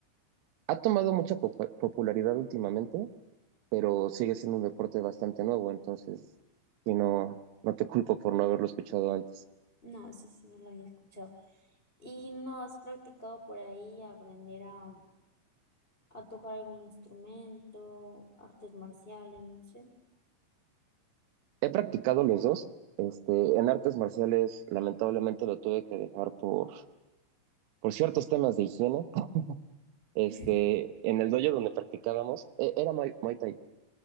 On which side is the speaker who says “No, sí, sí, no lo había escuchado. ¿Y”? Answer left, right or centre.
Left